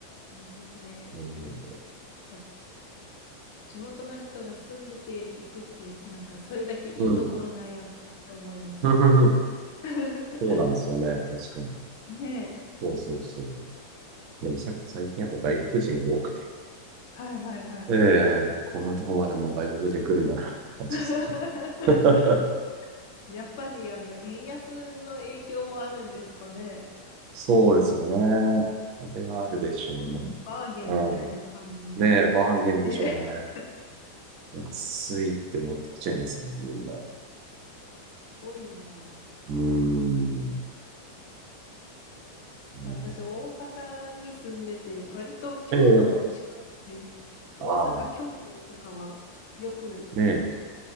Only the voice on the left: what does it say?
ですね。
やっぱ地元の人が住んでて行くって、なんかそれだけいいところなんやなって思います。
<laughs>
ねえ。
はいはいはい。
<laughs>
やっぱりあの円安の影響もあるんですかね。
本バーゲンみたいな感じに。
<laughs> ね、す
ごいな。な
んか私、大阪に住んでて、割と京都も近いんで、
大阪、
京都とかはよくい